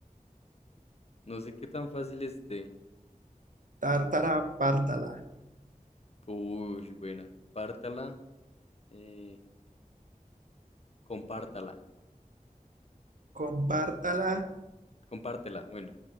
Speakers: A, on the left; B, on the right.
A: No sé qué tan fácil esté.
B: tártara, pártala.
A: Uy, buena. Pártala, eh, compártala,
B: Compártala.
A: compártela, bueno.